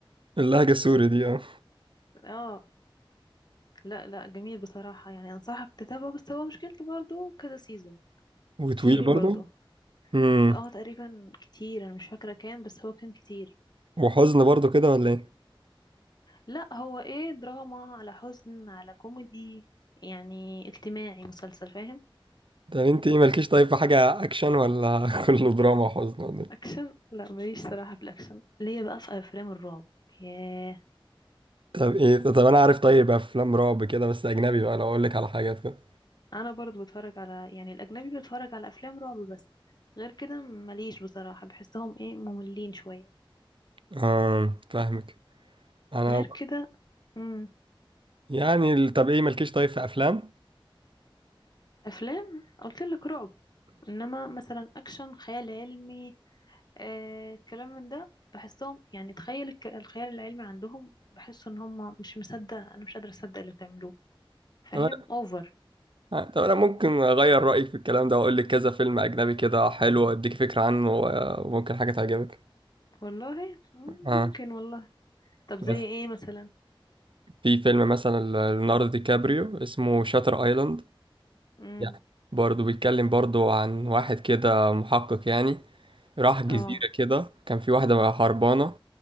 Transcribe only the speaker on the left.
اه لا لا جميل بصراحة يعني أنصحك تتابعه بس هو مشكلته برضه كذا سيزون
كتير
برضه
اه تقريبا كتير أنا مش فاكرة كام بس هو كان كتير
لا هو ايه دراما على حزن على كوميدي يعني اجتماعي مسلسل فاهم
اكشن لا ماليش صراحة في الاكشن ليا بقى في افلام الرعب ياه
انا برضو بتفرج على يعني الاجنبي بتفرج على افلام رعب بس غير كده ماليش بصراحة بحسهم ايه مملين شوية
غير كده امم
افلام قلت لك رعب انما مثلا اكشن خيال علمي آه الكلام من ده بحسهم يعني تخيل الك- الخيال العلمي عندهم بحس ان هم مش مصدق انا مش قادرة اصدق اللي بتعملوه فاهم
اوفر
والله مم،
ممكن والله طب زي
ايه مثلا
امم
اه